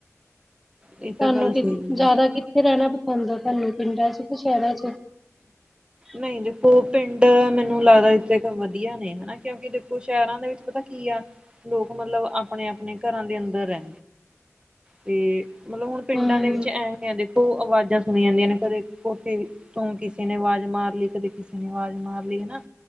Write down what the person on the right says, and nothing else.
ਇਹ ਤਾਂ
ਗੱਲ
ਸਹੀ ਹੈ।
ਨਹੀਂ ਦੇਖੋ ਪਿੰਡ ਮੈਨੂੰ ਲੱਗਦਾ ਜਿੱਥੇ ਵਧੀਆ ਨੇ ਨਾ। ਕਿਉਂਕਿ ਦੇਖੋ ਸ਼ਹਿਰਾਂ ਦੇ ਵਿੱਚ ਪਤਾ ਕੀ ਆ, ਲੋਕ ਮਤਲਬ ਆਪਣੇ- ਆਪਣੇ ਘਰਾਂ ਦੇ ਅੰਦਰ ਐ।
ਤੇ ਮਤਲਬ ਹੁਣ ਪਿੰਡਾਂ
ਦੇ ਵਿੱਚ ਇਹ ਵੇ ਆ 'ਦੇਖੋ ਆਵਾਜ਼ਾਂ ਸੁਣ ਜਾਂਦੀਆਂ ਨੇ ਕਦੇ ਕੋਠੇ ਤੋਂ ਕਿਸੇ ਨੇ ਆਵਾਜ਼ ਮਾਰ ਲਈ, ਕਦੇ ਕਿਸੇ ਨੇ ਆਵਾਜ਼ ਮਾਰ ਲਈ ਹਨਾ,